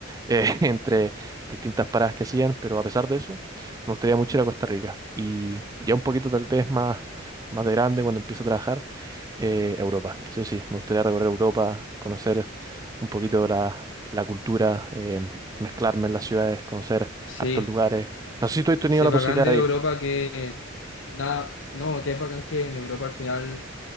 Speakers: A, on the right; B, on the left.
A: eh, <laughs> entre distintas paradas que hacían, pero a pesar de eso, me gustaría mucho ir a Costa Rica. Y ya un poquito tal vez más, más de grande, cuando empiece a trabajar, eh, Europa. Sí o sí, me gustaría recorrer Europa, conocer un poquito la, la cultura, eh, mezclarme en las ciudades, conocer
B: Sí,
A: hartos lugares. No sé si tú has tenido
B: sí,
A: la
B: bacán
A: posibilidad
B: de
A: de
B: Europa
A: ir.
B: que, nada, no, que es bacán que en Europa al final